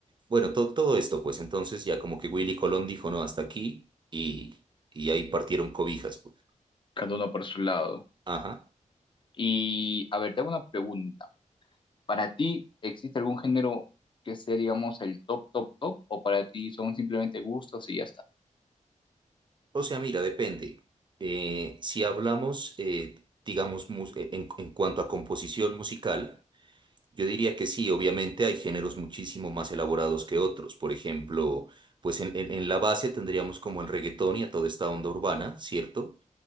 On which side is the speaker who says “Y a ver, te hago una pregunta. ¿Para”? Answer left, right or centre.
Left